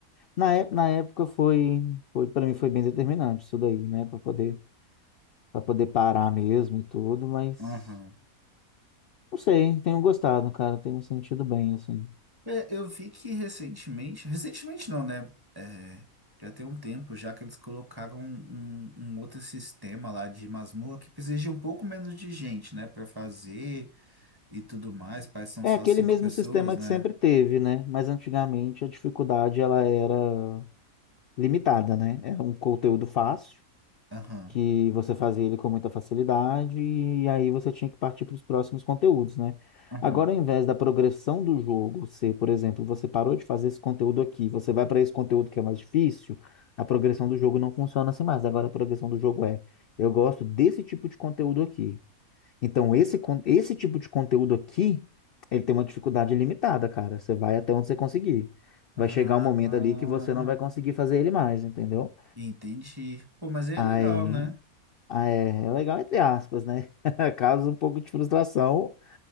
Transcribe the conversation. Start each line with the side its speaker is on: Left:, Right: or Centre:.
Left: na, ép- na época foi, foi para mim foi bem determinante isso daí, né? Para poder, para poder parar mesmo e tudo, mas
Right: Aham.
Left: Não sei, tenho gostado, cara, tenho me sentido bem, assim.
Right: É, eu vi que recentemente, recentemente não, né? É, já tem um tempo já que eles colocaram um, um- um outro sistema lá de masmorra que precisa de um pouco menos de gente, né? Pra fazer e tudo mais. Parece que são
Left: É
Right: só
Left: aquele
Right: cinco
Left: mesmo
Right: pessoas,
Left: sistema que
Right: né?
Left: sempre teve, né? Mas antigamente a dificuldade ela era limitada, né? Era um conteúdo fácil,
Right: Aham,
Left: que você fazia ele com muita facilidade, e aí você tinha que partir para os próximos conteúdos, né?
Right: aham.
Left: Agora, ao invés da progressão do jogo ser, por exemplo, você parou de fazer esse conteúdo aqui, você vai para esse conteúdo que é mais difícil, a progressão do jogo não funciona assim mais. Agora a progressão do jogo é, eu gosto desse tipo de conteúdo aqui. Então, esse, con- esse tipo de conteúdo aqui, ele tem uma dificuldade limitada, cara. Você vai até onde você conseguir. Vai
Right: Ah,
Left: chegar um momento
Right: ah,
Left: ali que você não vai conseguir fazer ele mais, entendeu?
Right: entendi. Pô, mas aí
Left: Aí,
Right: é legal, né?
Left: ah, é, é legal entre aspas, né? <laughs> Causa um pouco de frustração,